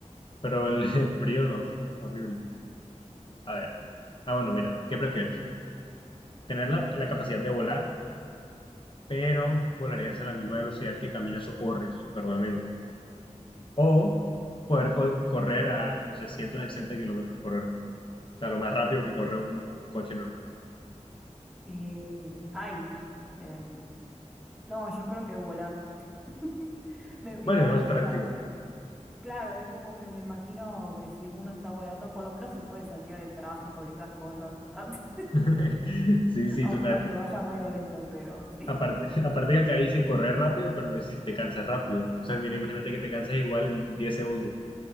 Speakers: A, on the left; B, in the centre.
A: pero
B: Ujú.
A: el, <laughs> el frío no, horrible. A ver, ah, bueno, mira, ¿qué prefieres? tener la, la capacidad de volar, pero volarías a la misma velocidad que caminas o corres normalmente. O poder col- correr a, no sé, 160 kilómetros por hora. O sea, lo más rápido que corre un coche normal.
B: Eh, ay, em, no, yo creo que volar. <laughs> Me-
A: Bueno,
B: igual,
A: es más práctico.
B: o sea, claro, es como que me imagino que si uno está volando, por lo menos se puede saltear el tráfico y esas cosas, <laughs>
A: <laughs> Sí, sí,
B: aunque
A: total.
B: aunque vayas medio lento, pero sí.
A: Aparte, <laughs> aparte que acá dice correr rápido, pero no dice si te cansas rápido. O sea, mira, imagínate que te cansas igual en 10 segundos.